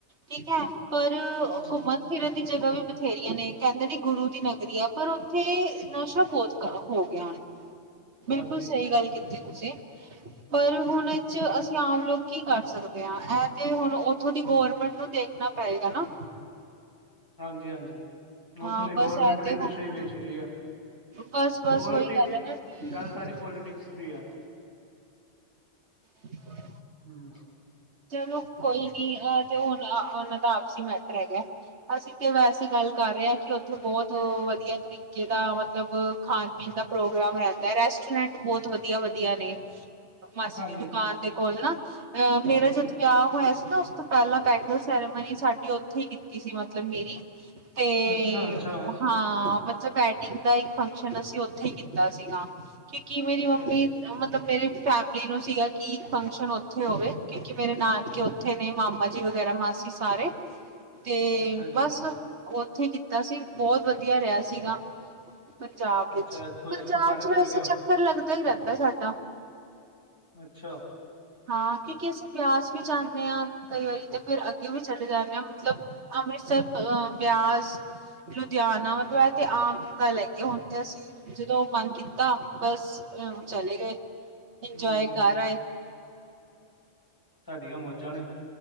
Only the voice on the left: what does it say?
ਹੂੰ
ਹਾਂਜੀ
ਹਾਂਜੀ-ਹਾਂਜੀ, ਉੱਥੋਂ
ਦੀ
ਗਵਰਮੈਂਟ
ਵੀ ਨਸ਼ੇ
ਹੀ ਵੇਚਦੀ ਆ।
ਪੋਲੀਟਿਕਸ
ਗੱਲ ਸਾਰੀ ਪੋਲੀਟਿਕਸ ਦੀ ਹੈ।
ਹੂੰ।
ਹਾਂਜੀ
ਹਾਂਜੀ
ਅੱਛਾ ਅੱਛਾ
ਅੱਛਾ
ਜੀ
ਅੱਛਾ ਜੀ
ਅੱਛਾ ਇੱਥੋਂ
ਇੱਥੋਂ ਸਾਰੇ
ਚੱਲ
ਗਏ ਹੋਣ।
ਅੱਛਾ।
ਹੂੰ
ਤੁਹਾਡੀਆ ਮੌਜਾਂ ਨੇ।